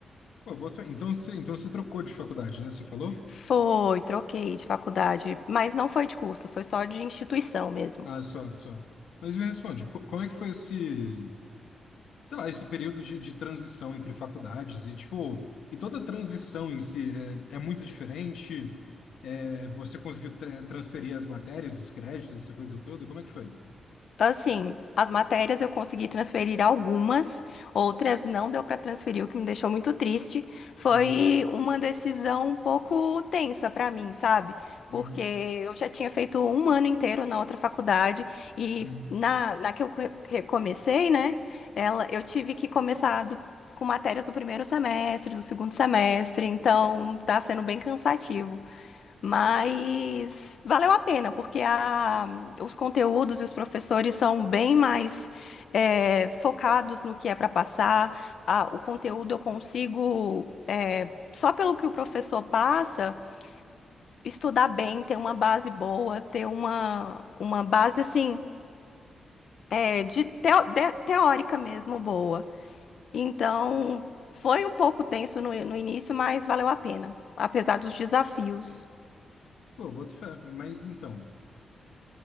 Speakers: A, on the left (about 80°); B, on the left (about 55°).
A: Pô, eu boto fé. então você, então você trocou de faculdade, né? Você falou?
B: Foi, troquei de faculdade, mas não foi de curso, foi só de instituição mesmo.
A: Ah, só, só. Mas me responde, co- como é que foi esse, sei lá, esse período de, de transição entre faculdades e, tipo, e toda a transição em si é, é muito diferente? É, você conseguiu tra- transferir as matérias, os créditos, essa coisa toda? Como é que foi?
B: Assim, as matérias eu consegui transferir algumas, outras não deu para transferir, o que me deixou muito triste. Foi
A: Uhum,
B: uma decisão um pouco tensa para mim, sabe?
A: uhum,
B: Porque eu já tinha feito um ano inteiro na outra faculdade e
A: uhum.
B: na, na que eu co- recomecei, né? Ela, eu tive que começar do- com matérias do primeiro semestre, do segundo semestre, então tá sendo bem cansativo. Mas valeu a pena, porque a- os conteúdos e os professores são bem mais é, focados no que é para passar. A- o conteúdo eu consigo, é, só pelo que o professor passa, estudar bem, ter uma base boa, ter uma, uma base assim, é, de teo- de- teórica mesmo boa. Então, foi um pouco tenso no no início, mas valeu a pena, apesar dos desafios.
A: Pô, boto fé. Mas então.